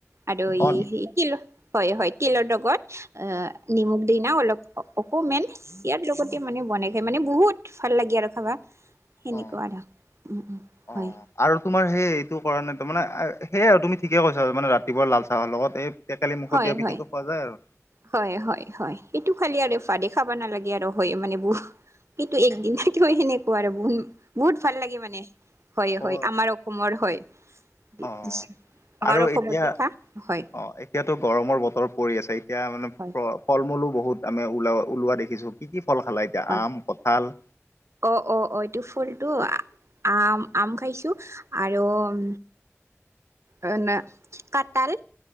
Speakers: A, on the right (about 65°); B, on the left (about 65°).
A: আৰু
B: অ
A: ই <unintelligible> হয় -হয় তিলৰ লগত অ', নিমখ দি না অলপ। অকমেন ইয়াৰ লগতে
B: অ
A: মানে বনাই খায় মানে বহুত ভাল লাগে আৰু খাবা। সেনেকুৱা
B: অ
A: আৰু উম -উম
B: অ
A: হয়।
B: আৰু তোমাৰ সেই এইটো কৰা নাই তো মানে আ সেয়া আৰু তুমি ঠিকে কৈছা মানে ৰাতিপুৱা লাল চাহৰ লগত এই। টোকেলি মুখত
A: হয়
B: দিয়া পিঠাতো
A: হয়
B: খোৱা যায় আৰু।
A: হয়- হয়-হয় এইটো খালি আৰু ভাতে খাব নালাগে আৰু হয় মানে বহ সেইটো একদিনে থাকিলেও সেনেকুৱা আৰু বহু বহুত ভাল লাগে মানে হয়-হয়
B: অ
A: আমাৰো। অসমৰ হয় <unintelligible>
B: অ
A: আমাৰ
B: আৰু
A: অসমৰ
B: এতিয়া
A: পিঠা হয়।
B: অ এতিয়াতো গৰমৰ বতৰ পৰি আছে এতিয়া মানে
A: হয়
B: প্ৰ ফল মূলো বহুত আমি ওলা ওলোৱা দেখিছোঁ কি কি ফল খালা এতিয়া
A: হয়
B: আম, কঁঠাল।
A: অ', অ', অ', এইটো ফলটো আম-আম খাইছোঁ আৰু উম অ', না কাঠাল।